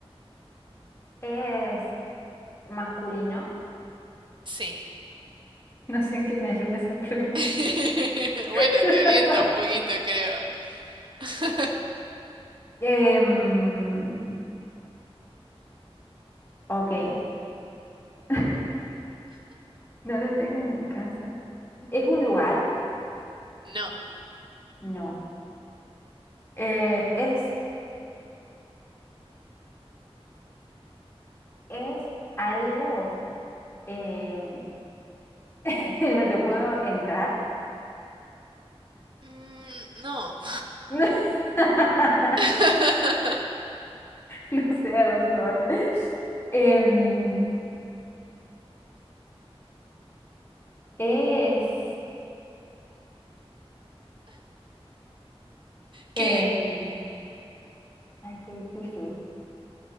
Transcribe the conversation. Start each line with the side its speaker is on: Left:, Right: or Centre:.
Left: es masculino. <laughs>
Right: Sí.
Left: No sé en qué me ayuda esa pregunta.
Right: <laughs> Bueno,
Left: <laughs>
Right: te orienta un poquito, creo. <laughs>
Left: Em, ok, <laughs> no lo tengo en mi casa. ¿Es un lugar?
Right: No.
Left: No. Eh, es, es algo em, <laughs> en lo que puedo entrar.
Right: Mm, no.
Left: <laughs>
Right: <laughs>
Left: No sé a dónde voy. Em, es... em,
Right: ¿Qué?
Left: ay, qué difícil.